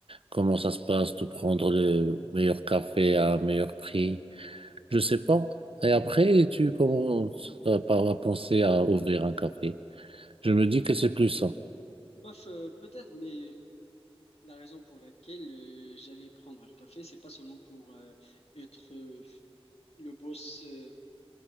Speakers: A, on the right; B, on the left.
A: comment ça se passe, de prendre le meilleur café à un meilleur prix. Je sais pas. Et après, tu commences à, par- à penser à ouvrir un café. Je me dis que c'est plus ça.
B: Bof, euh, peut-être, mais la raison pour laquelle euh, j'allais prendre le café, c'est pas seulement pour euh, être euh, le boss. euh,